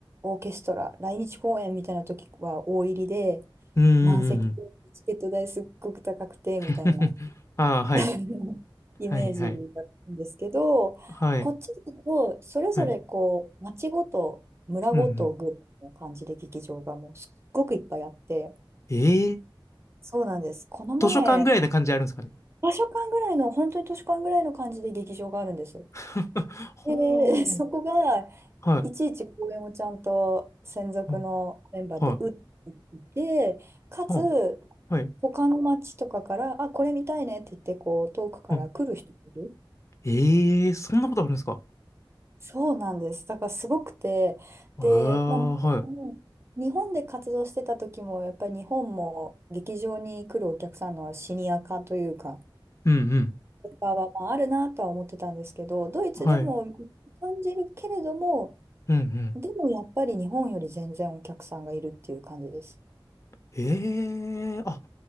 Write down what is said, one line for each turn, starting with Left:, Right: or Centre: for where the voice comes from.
Right: オーケストラ、来日公演みたいな時は大入りで、
Left: うんうんうんうん。
Right: 満席でチケット代すっごく高くてみたいな
Left: <laughs> ああ、はい。
Right: <laughs> イメージだったんですけど、
Left: はい、はい。はい。
Right: こっちだとそれぞれこう町ごと村ごとぐらいの感じで劇場がもうすっごくいっぱいあって、
Left: はい。うんうん。ええ、
Right: そうなんです。この前
Left: 図書館ぐらいな感じあるんですかね
Right: 場所間ぐらいの、本当に図書館ぐらいの感じで劇場があるんです。
Left: <laughs> はー
Right: で、<laughs> そこが、
Left: はい、
Right: いちいち公演をちゃんと専属のメンバーで打って
Left: ははい、
Right: いて、かつ、
Left: ははい、
Right: 他の町とかから、あ、これ見たいねって言って、こう、遠くから来る人がいる。
Left: はええそんなことあるんですか
Right: そうなんです。だからすごくて、
Left: ええはい。
Right: で、まあ、もちろん日本で活動してた時も、やっぱり日本も劇場に来るお客さんのシニア化というか、
Left: うんうん。
Right: かは、まあ、あるなとは思ってたんですけど、ドイツでも感じるけれども、
Left: はい。うんうん。
Right: でもやっぱり日本より全然お客さんがいるっていう感じです。
Left: ええあ、